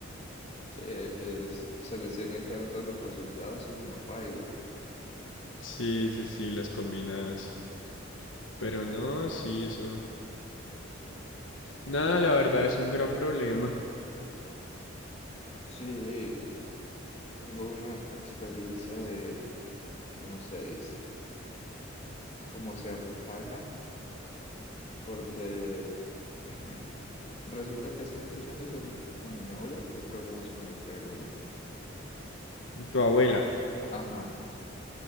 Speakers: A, on the left; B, on the left.
A: Sí, eh, que es- se les tiene que dar todos los resultados y no paila.
B: Sí, sí, sí, las combinadas. Pero no,
A: Sí,
B: sí, eso. Nada, la verdad es un gran problema.
A: sí, tengo una experiencia de, ¿cómo se dice? Como cercana, porque. <clears throat> Resulta que hace muchos años, em, bueno, mi abuela tiene problemas con el juego, ¿no?
B: Tu abuela.
A: Ajá,